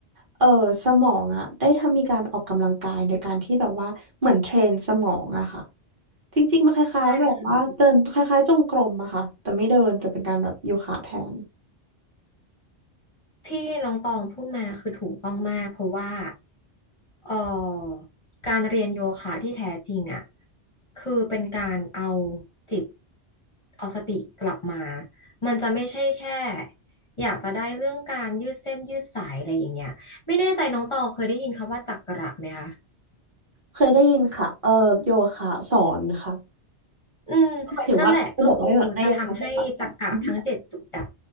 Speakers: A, on the right; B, on the left.
A: เออสมองอะได้ทำมีการออกกำลังกายโดยการที่แบบว่าเหมือนเทรนสมองอะค่ะจริงๆมันคล้ายๆแบบว่าเดินคล้ายๆจงกรมอะค่ะแต่ไม่เดินแต่เป็นการแบบโยคะแทน
B: ใช่ค่ะที่น้องตองพูดมาคือถูกต้องมากเพราะว่าเอ่อการเรียนโยคะที่แท้จริงอ่ะคือเป็นการเอาจิตเอาสติกลับมามันจะไม่ใช่แค่อยากจะได้เรื่องการยืดเส้นยืดสายอะไรอย่างเงี้ยไม่แน่ใจน้องตองเคยได้ยินคำว่าจักระไหมคะ
A: เคยได้ยินค่ะเอ่อโยคะสอนค่ะ
B: อืมนั่นแหละก็คือจะทำให้จักระทั้งเจ็ดจุดอะ
A: ก็หมายถึงว่าจะบอกว่าให้โยคะโซบะสอนอือ